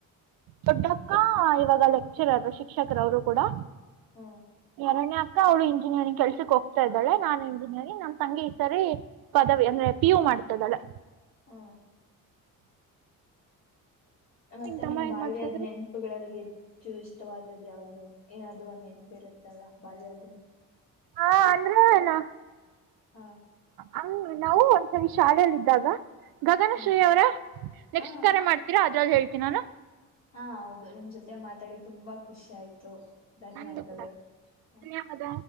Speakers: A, on the right; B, on the left.
A: ದೊಡ್ಡಕ್ಕ
B: ಹ??
A: ಇವಾಗ ಲೆಕ್ಚರರ್, ಶಿಕ್ಷಕರು ಅವರು ಕೂಡ‌.
B: ಹ
A: ಎರಡನೇ ಅವಳು ಇಂಜಿನಿಯರಿಂಗ್ ಕೆಲ್ಸಕ್ ಹೋಗ್ತಾ ಇದ್ದಾಳೆ, ನಾನ್ ಇಂಜಿನಿಯರಿಂಗ್ ನಮ್ಮ ತಂಗಿ ಈ ಸರಿ ಪದವಿ ಅಂದ್ರೆ ಪಿ ಯು ಮಾಡ್ತಿದಾಳೆ.
B: ಹಾ ಮತ್ತೆ
A: ತಮ್ಮ
B: ನಿಮ್
A: ಏನ್
B: ಬಾಲ್ಯದ್
A: ಮಾಡ್ತಿದ್ರು
B: ನೆನಪುಗಳಲ್ಲಿ ಎ ಇಷ್ಟವಾದ್ದ ಯಾವ್ದು ಏನಾದದು ಒಂದ್ ನೆನಪಿರುತ್ತಲ್ಲ ಬಾಲ್ಯದ್ದು?
A: ಹಾ ಅಂದ್ರಲ್ಲ ನಾ,
B: ಹ
A: ಹಂಗ ನಾವು ಶಾಲೆಯಲ್ಲಿ ಇದ್ದಾಗ ಗಗನ
B: ಹಾ
A: ಶ್ರೀ ಅವರ ನೆಕ್ಸ್ಟ್
B: ಹ
A: ಕರೆ ಮಾಡ್ತೀರಾ ಅದ್ರಲ್ಲಿ ಹೇಳ್ ತಿನಿ ನಾನು.
B: ಹಾ ಹೌದು ನಿಮ್ ಜೊತೆ ಮಾತಾಡಿ ತುಂಬಾ ಖುಷಿ ಆಯ್ತು. ಧನ್ಯವಾದಗಳು
A: ನಂದು ಕೂಡ,
B: ಹ
A: ಧನ್ಯವಾದ.